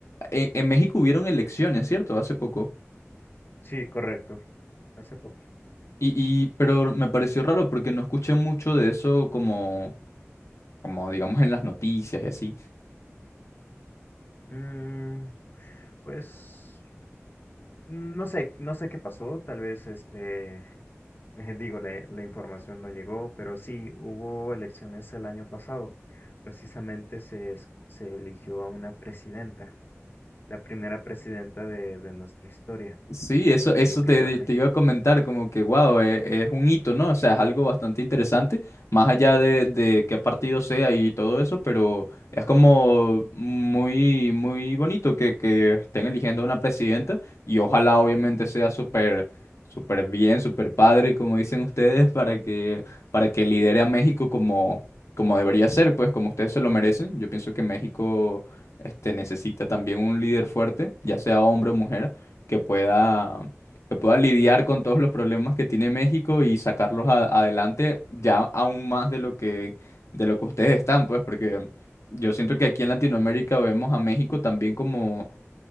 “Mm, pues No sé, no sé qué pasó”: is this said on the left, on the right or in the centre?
Left